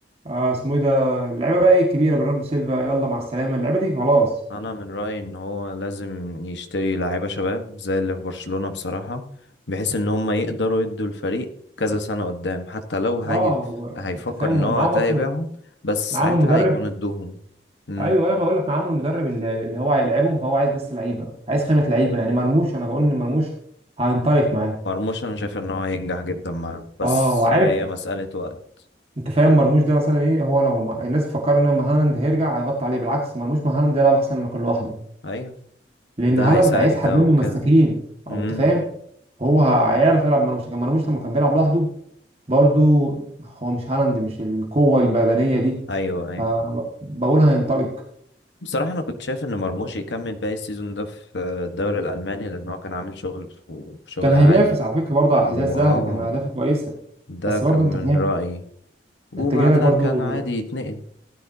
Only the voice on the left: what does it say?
انا من رايي ان هو لازم يشتري لعيبه شباب زي اللي في برشلونه بصراحه بحيث ان هم يقدروا يدوا الفريق كذا سنه قدام حتى لو هي
هيفكر
ان
هو
وقتها
يبيعهم بس
ساعتها
هيكون ادوهم امم
مرموش انا شايف ان هو هينجح جدا معاه بس
هي مساله وقت
ايوه
ده
هيساعد
ده
وكده
امم
ايوه ايوه
بصراحه انا كنت شايف ان مرموش يكمل باقي السيزون ده في الدوري الالماني لان هو كان عامل شغل في شغل
عالي
واه
ده
كان
من
رأيي وبعدها
كان عادي يتنقل